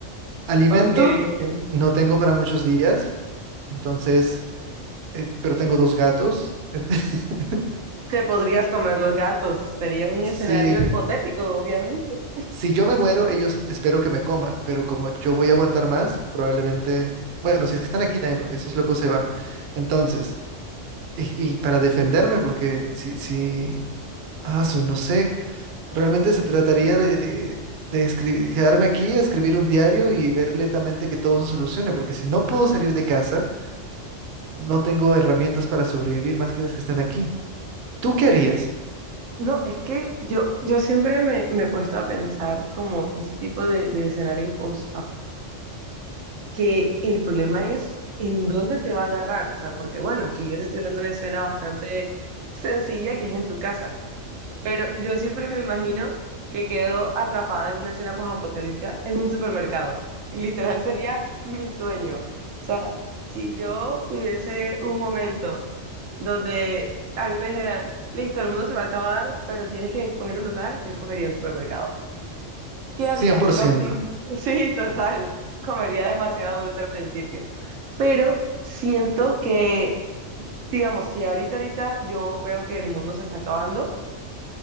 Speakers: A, on the right (about 60°); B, on the right (about 80°).
A: Alimento,
B: Ok, ok.
A: no tengo para muchos días, entonces, eh, pero tengo dos gatos. en- <laughs>
B: Te podrías comer los gatos. Sería un escenario
A: Si,
B: hipotético, obviamente.
A: si yo me muero, ellos espero que me coman, pero como yo voy a aguantar más, probablemente, bueno, si es que están aquí también, porque esos locos se van. Entonces, y, y para defenderme, porque si, si, ah, su, no sé. Realmente se trataría de, de, de escri- quedarme aquí, escribir un diario y ver lentamente que todo se solucione, porque si no puedo salir de casa, no tengo herramientas para sobrevivir más que las que están aquí. ¿Tú qué harías?
B: No, es que yo, yo siempre me, me he puesto a pensar como ese tipo de, de escenarios post que el problema es en dónde te va a agarrar, o sea, porque bueno, aquí yo te estoy dando una escena bastante sencilla que es en tu casa, pero yo siempre me imagino que quedo atrapada en una escena postapocalíptica en un supermercado. Literal sería <laughs> mi sueño. O sea, si yo tuviese un momento donde a mí me dijeran, listo, el mundo se va a acabar, pero tienes que escoger un lugar, yo escogería un supermercado. ¿Qué haría?
A: cien por
B: Lo
A: ciento
B: prim... <laughs> Sí, total. Comería demasiado dulce al principio pero siento que, digamos, si ahorita, ahorita yo veo que el mundo se está acabando,